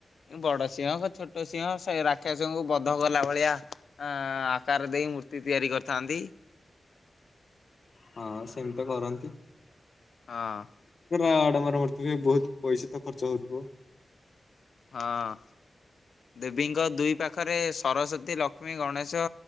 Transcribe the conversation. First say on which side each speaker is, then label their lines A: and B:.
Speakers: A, on the left; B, on the left.
A: ବଡ ସିଂହ ଛୋଟ ସିଂହ ସେ ରାକ୍ଷସଂହଙ୍କୁ ବଧ କଲା ଭଳିଆ ଅ ଆକାର ଦେଇ ମୂର୍ତ୍ତି ତିଆରି କରିଥାନ୍ତି।
B: ହଁ ସେମିତି କରନ୍ତି।
A: ହଁ।
B: ଆଡମର ମଥ ବହୁତ ପଇସା ତ ଖର୍ଚ୍ଚ ହଉଥିବ।
A: ହଁ ଦେବୀଙ୍କ ଦୁଇ ପାଖରେ ସରସ୍ଵତୀ ଲକ୍ଷ୍ମୀ ଗଣେଶ